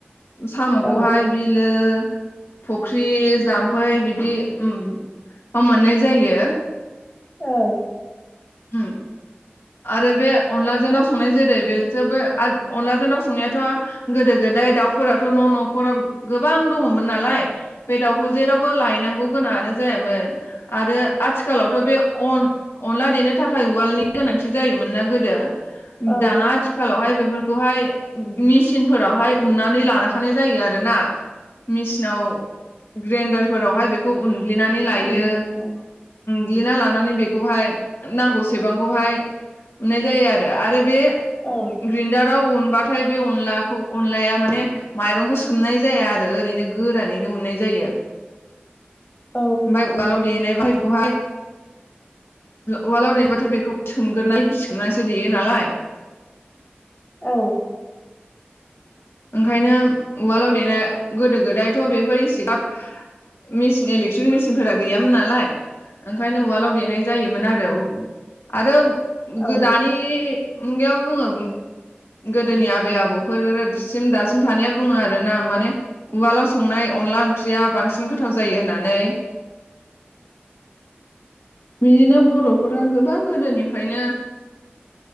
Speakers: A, on the left; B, on the left.
A: साम'खौहाय
B: औ
A: बिलो फुख्रि जाम्फै बिदिआव मोननाय जायो
B: औ
A: हम आरो बे अनलाजों दाव संनाय जेरै बेजोबो अनलाजों दाव संनायाथ' गोदो गोदाय दाउफोराथ' न' न'खराव गोबां दङमोन नालाय बे दाउखौ जेरावबो लायनांगौ गोनाङानो जायामोन आरो आथिखालावथ' बे अन अनला देनो थाखाय उवालनि गोनांथि जायोमोन ना गोदो
B: औ
A: दाना आथिखालावहाय बेफोर खौहाय मिचिन फोरावहाय
B: औ
A: उननानै लानो थानाय जायो आरोना मेसिनाव ग्रेन्दारफोरावहाय बेखौ उनग्लिनानै लायो
B: उम औ औ
A: ग्लिना लानानै बेखौहाय नांगौसेबां बेहाय उनाय जायो आरो आरो बे
B: औ
A: ग्रिन्दारा
B: औ
A: उन बाथाय बे अनलाखौ अनलाया माने माइरंखौ सोमनाय जाया आरो ओरैनो गोरानैनो उनाय जायो
B: औ
A: ओमफ्राय उवालाव देनाय बाहायखौहाय उवालाव देबाथाय बेखौ सोमगोरोन गिसिग्रनानैसो देयो नालाय
B: औ
A: ओंखायनो उवालाव देनाया गोदो गोदायथ' बेफोर इसिगाब मेसिन इलेक्ट्रिक मेसिनफोरा गैयामोन नालाय ओंखायनो उवालाव देनाय जायोमोन आरो आरो
B: ओं
A: गोदानि मुगायाव बुङो गोदोनि आबै आबौफोर दासिम थानाया बुङो आरोना माने उवालाव संनाय अनला ओंख्रिया बांसिन गोथाव जायो होननानै बिदिनो बर'फोरा गोबां गोदोनिफ्रायनो